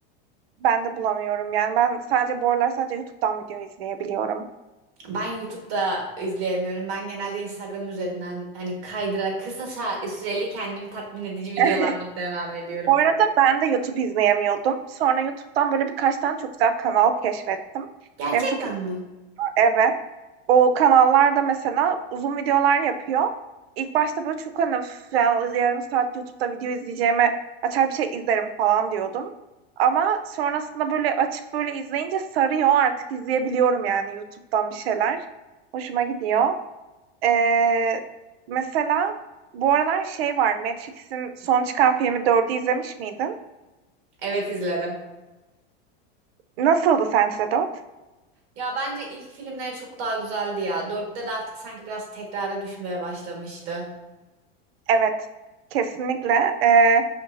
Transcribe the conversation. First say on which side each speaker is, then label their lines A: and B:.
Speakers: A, on the right; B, on the right.
A: ben de bulamıyorum yani ben sadece bu aralar sadece YouTube'dan video izleyebiliyorum.
B: Ben YouTube'da izleyemiyorum. Ben genelde Instagram üzerinden hani kaydırarak kısa sa- süreli kendimi tatmin edici videolar
A: <laughs>
B: bulup devam ediyorum.
A: Bu arada ben de YouTube izleyemiyordum. Sonra YouTube'dan böyle birkaç tane çok güzel kanal keşfettim.
B: Gerçekten
A: Benim çok iyi,
B: mi?
A: evet. O kanallarda mesela uzun videolar yapıyor. İlk başta böyle çok hani "Üf, yani yarım saat YouTube'da video izleyeceğime açar bir şey izlerim falan diyordum. Ama sonrasında böyle açıp böyle izleyince sarıyor artık izleyebiliyorum yani YouTube'dan bir şeyler. Hoşuma gidiyor. Ee, mesela bu aralar şey var Matrix'in son çıkan filmi 4'ü izlemiş miydin?
B: Evet izledim.
A: Nasıldı sence 4?
B: Ya bence ilk filmleri çok daha güzeldi ya. Dörtte de artık sanki biraz tekrara düşmeye başlamıştı.
A: Evet, kesinlikle. Ee,